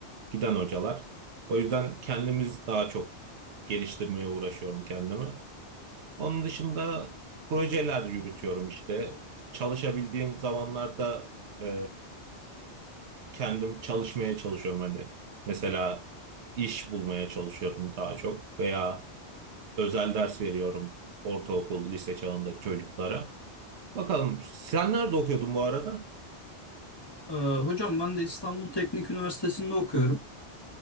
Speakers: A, on the right (about 75°); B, on the left (about 20°).
A: giden hocalar. O yüzden kendimiz daha çok geliştirmeye uğraşıyorum kendimi. Onun dışında projeler yürütüyorum işte. Çalışabildiğim zamanlarda e, kendim çalışmaya çalışıyorum hani. Mesela iş bulmaya çalışıyorum daha çok veya özel ders veriyorum ortaokul, lise çağındaki çocuklara. Bakalım sen nerede okuyordun bu arada?
B: Ee, hocam ben de İstanbul Teknik Üniversitesi'nde okuyorum.